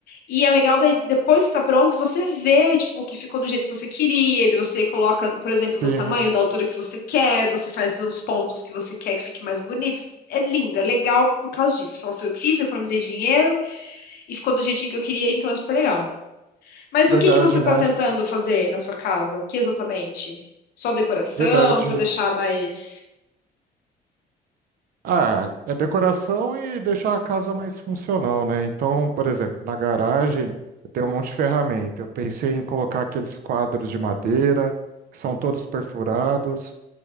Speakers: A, on the left (about 65°); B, on the right (about 60°).
A: e é legal daí, depois que tá pronto, você vê, tipo, que ficou do jeito que você queria, e daí você coloca, por exemplo,
B: Sim,
A: do tamanho, da altura que você quer, você faz os pontos que você quer que fique mais bonito. É lindo, é legal por causa disso. Fala, foi eu que fiz, eu economizei dinheiro e ficou do jeitinho que eu queria, então é super legal. Mas
B: verdade,
A: o que que você
B: né?
A: tá tentando fazer na sua casa? O que exatamente? Só decoração
B: Verdade.
A: para deixar mais
B: Ah, é é decoração e deixar a casa mais funcional, né? Então, por exemplo, na garagem eu tenho um monte de ferramenta. Eu pensei em colocar aqueles quadros de madeira, que são todos perfurados,